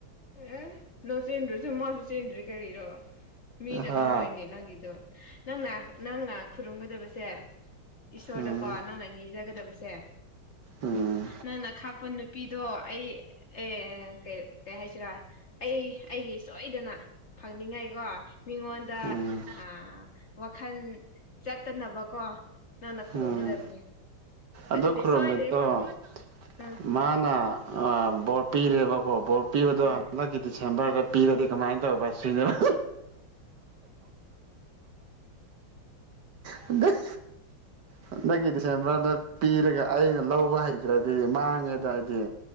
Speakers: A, on the left (about 35°); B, on the right (about 60°).
A: ꯑꯦ ꯅꯪ ꯆꯦꯟꯗ꯭ꯔꯁꯨ ꯃꯥꯁꯨ ꯆꯦꯟꯗ꯭ꯔꯦ ꯀꯔꯤꯔꯣ ꯃꯤꯅ
B: ꯍꯥ
A: ꯂꯧꯔꯣꯏꯅꯦ ꯅꯪꯒꯤꯗꯣ ꯅꯪꯅ ꯅꯪꯅ ꯈꯨꯔꯨꯝꯒꯗꯕꯁꯦ ꯏꯁꯣꯔꯗꯀꯣ
B: ꯎꯝ
A: ꯅꯪꯅ ꯅꯤꯖꯒꯗꯕꯁꯦ
B: ꯎꯝ
A: ꯅꯪꯅ ꯈꯥꯛꯄ ꯅꯨꯄꯤꯗꯣ ꯑꯩ ꯑꯦ ꯀꯩ ꯀꯩ ꯍꯥꯏꯁꯤꯔꯥ ꯑꯩ ꯑꯩꯒꯤ ꯁꯣꯏꯗꯅ ꯐꯪꯅꯤꯡꯉꯥꯏꯀꯣ ꯃꯤꯉꯣꯟꯗ
B: ꯎꯝ
A: ꯑ ꯋꯥꯈꯜ ꯆꯠꯇꯅꯕꯀꯣ ꯅꯪꯟꯅ ꯈꯔꯨꯝꯒꯗꯕꯅꯤ
B: ꯎꯝ ꯑꯗꯣ
A: ꯑꯗꯨꯗꯤ
B: ꯈꯨꯔꯨꯝꯃꯤꯗꯣ
A: ꯁꯣꯏꯗꯦ ꯐꯪꯉꯦ ꯎꯝ
B: ꯃꯥꯅ ꯕꯣꯔ ꯑ ꯄꯤꯔꯦꯕꯀꯣ ꯕꯣꯔ ꯄꯤꯕꯗꯣ
A: ꯎꯝ
B: ꯍꯟꯗꯛꯀꯤ ꯗꯤꯁꯦꯝꯕꯔꯒ ꯄꯤꯔꯗꯤ ꯀꯃꯥꯏꯅ ꯇꯧꯕ ꯁꯤꯅꯦꯕ ꯍꯟꯗꯛ ꯍꯟꯗꯛꯀꯤ ꯗꯤꯁꯦꯝꯕꯔꯗ ꯄꯤꯔꯒ ꯑꯩꯅ ꯂꯧꯕ ꯍꯩ ꯑꯗꯨ꯭ꯔꯗꯤ ꯃꯥꯡꯉꯦꯗ ꯑꯩꯗꯤ